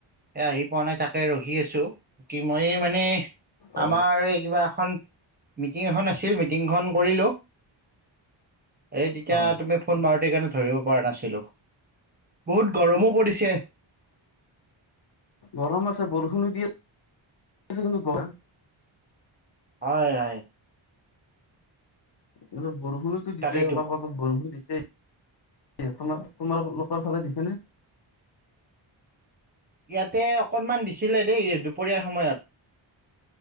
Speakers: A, on the right; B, on the left.
A: এ আহি পোৱা নাই তাকে ৰখি আছো৷ কি মই মানে
B: অ
A: আমাৰ এই কিবা এখন মিটিং এখন আছিল মিটিংখন কৰিলো৷ এই তেতিয়া
B: হয়
A: তুমি
B: হয়
A: ফোন মাৰোঁতেই কাৰণে ধৰিব পৰা নাছিলোঁ, বহুত গৰমো পৰিছে।
B: গৰম আছে, বৰষুণো দি আছে। কিন্তু গৰম
A: হয়-হয়।
B: এই অলপ বৰষুণোতো দিলে,
A: তাকেইতো
B: অলপ আগত বৰষুণ দিছে। এ তোমাৰ-তোমাৰ লোকৰ ফালে দিছে নে?
A: ইয়াতে অকনমান দিছিলে দেই, দুপৰীয়াৰ সময়ত।